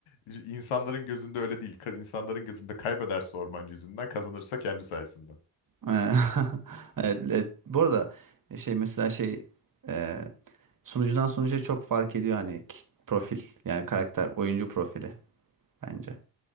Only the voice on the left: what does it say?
İnsanların gözünde öyle değil. Ka- İnsanların gözünde kaybederse ormancı yüzünden, kazanırsa kendi sayesinde.